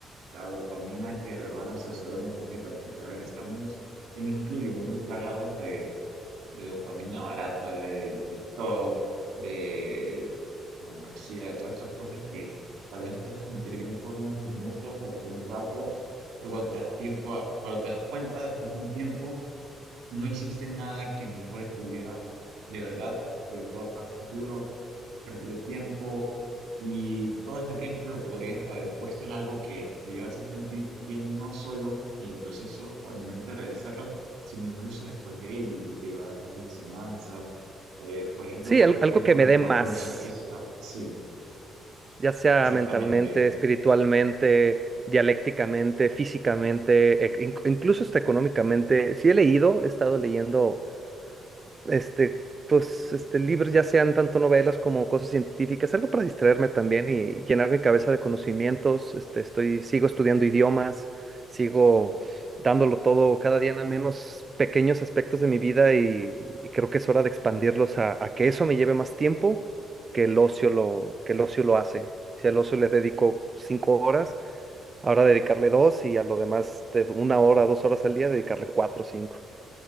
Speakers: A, on the right (about 80°); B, on the right (about 30°).
A: la dopamina que de verdad nuestro cerebro necesita, porque a ver, estamos, y me incluyo, muy plagados de, de dopamina barata, del TikTok, de pornografía, de todas estas cosas que tal vez te hacen sentir bien por unos minutos o un rato, pero cuando te das tiempo, a- cuando te das cuenta, después de un tiempo, no existe nada que mejore tu vida de verdad, sobre todo a futuro has perdido tiempo, Y todo ese tiempo lo podrías haber puesto en algo que te iba a hacer sentir bien, no solo en el proceso o al momento de realizarlo, sino incluso después de ello, y te iba a dejar enseñanzas. eh, por ejemplo,
B: Sí,
A: correr
B: al-
A: te
B: algo
A: deja
B: que
A: una
B: me
A: mejor
B: dé más,
A: condición física. Sí,
B: ya sea
A: exactamente.
B: mentalmente, espiritualmente, dialécticamente, físicamente, e- inc- incluso hasta económicamente. Sí he leído, he estado leyendo este, pues, este, libros, ya sean tanto novelas como cosas científicas, algo para distraerme también y llenar mi cabeza de conocimientos. Este, estoy, sigo estudiando idiomas, sigo dándolo todo cada día en al menos pequeños aspectos de mi vida y, y creo que es hora de expandirlos a, a que eso me lleve más tiempo que el ocio lo, que el ocio lo hace. Si al ocio le dedico cinco horas, ahora dedicarle dos y a lo demás de una hora, dos horas al día, dedicarle cuatro o cinco.